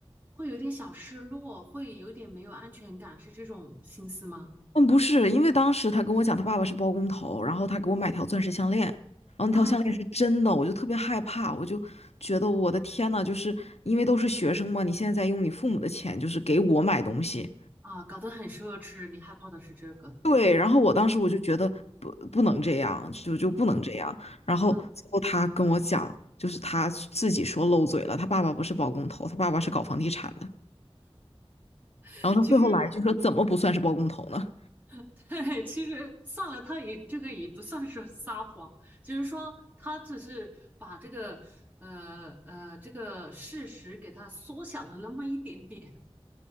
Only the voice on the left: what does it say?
嗯，不是，因为当时他跟我讲他爸爸是包工头，然后他给我买条钻石项链，然后那条项链是真的，
我就特别害怕，我就觉得我的天呐，就是因为都是学生嘛，你现在在用你父母的钱，就是给我买东西。
对，然后我当时我就觉得不不能这样，就就不能这样。
然后最后他跟我讲，
就是他自己说漏嘴了，他爸爸不是包工头，他爸爸是搞房地产的。
然后他最后来一句说，
怎么不算是包工头呢？